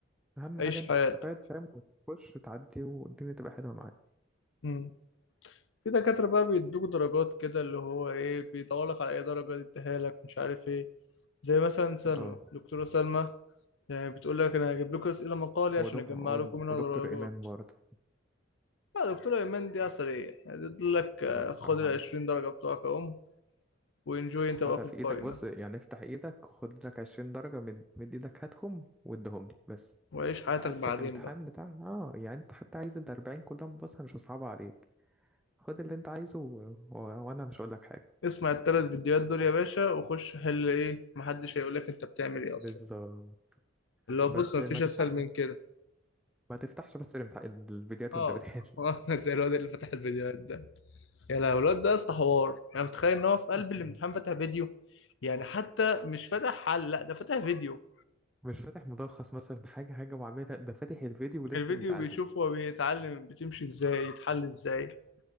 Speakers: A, in the centre; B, on the left (about 65°).
A: اهم
B: عيش
A: حاجه انت
B: حياتك
A: تستفاد فاهم وتخش تعدي والدنيا تبقى حلوه معاك
B: امم في دكاترة بقى بيدوك درجات كده اللي هو ايه بيدور لك على اي درجة يديها لك مش عارف ايه زي مثلا سلمى
A: اه
B: دكتورة سلمى يعني بتقول لك انا هجيب لكم اسئلة مقالي
A: ودك...
B: عشان اجمع لكم منها
A: ودكتور
B: درجات
A: إيمان برضه
B: لا دكتورة ايمان دي عسلية يعني تقول لك آه،
A: هو الصراحة
B: خد ال 20 درجة بتوعك اهم وانجوي انت
A: خدها
B: بقى في
A: في
B: الفاينل
A: إيدك بص يعني افتح إيدك خد لك عشرين درجة مد, مد إيدك هاتهم واديهم لي بس
B: وعيش حياتك
A: حتى
B: بعدين
A: الامتحان
B: بقى
A: بتاع آه يعني أنت حتى عايز الأربعين كلهم بص أنا مش هصعبها عليك خد اللي أنت عايزه و... و... وأنا مش هقول لك حاجة
B: اسمع التلات فيديوهات دول يا باشا وخش حل ايه محدش هيقول لك انت بتعمل ايه
A: بالظبط
B: اصلا اللي هو
A: بس
B: بص مفيش
A: ما تفتح
B: اسهل من كده
A: ما تفتحش بس الامتحان الفيديوهات
B: اه
A: وأنت بتحل
B: <laughs> زي الواد اللي فتح الفيديوهات ده يا لهوي الواد ده يا اسطى حوار يعني متخيل ان هو في قلب
A: <laughs>
B: الامتحان فتح فيديو يعني حتى مش فاتح حل لا ده فاتح فيديو
A: مش فاتح ملخص مثلا حاجة حاجة وعاملها ده فاتح الفيديو ولسه
B: الفيديو
A: بيتعلم
B: بيشوف هو بيتعلم بتمشي ازاي يتحل ازاي